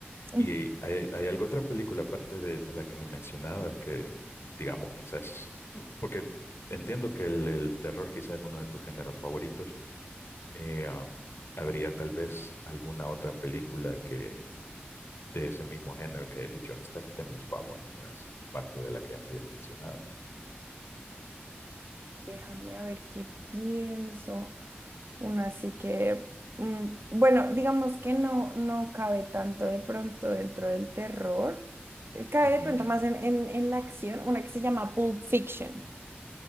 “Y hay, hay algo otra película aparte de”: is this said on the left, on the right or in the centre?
Left